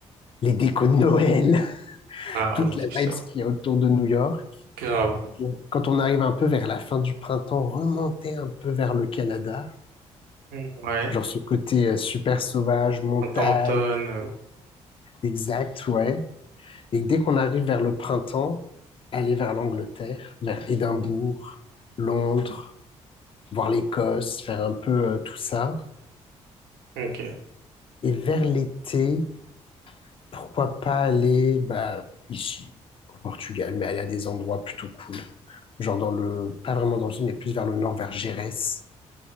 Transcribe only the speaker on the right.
Ah
oui,
putain.
Grave.
Ouais.
Printemps, automne. euh,
Ok.